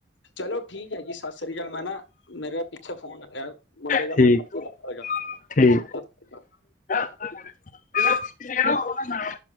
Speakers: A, on the left; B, on the left.
A: ਚਲੋਂ ਠੀਕ ਐ ਜੀ, ਸਤਿ ਸ਼੍ਰੀ ਅਕਾਲ, ਮੈਂ ਨਾ ਮੇਰਾ ਪਿੱਛੇ ਫੋਨ ਆਯਾ ਮੁੰਡੇ ਦਾ,
B: ਠੀਕ
A: ਮੈਂ ਬਾਦ ਚ ਕਰਦਾ ਗੱਲ।
B: ਠੀਕ <unintelligible>